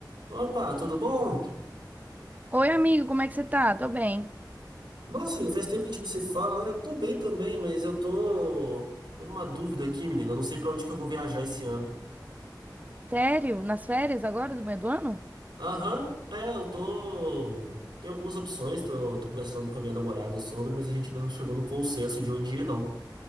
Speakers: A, on the right; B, on the right.
A: Opa, tudo bom?
B: Oi, amigo, como é que você tá? Tô bem.
A: Nossa, Will, faz tempo que a gente não se fala, né? Eu tô bem também, mas eu tô, tô numa dúvida aqui, menina. Eu não sei pra onde que eu vou viajar esse ano.
B: Sério? Nas férias agora do meio do ano?
A: Aham, é, eu tô. Tem algumas opções, tô, tô conversando com a minha namorada sobre, mas a gente ainda não chegou no consenso de onde ir, não.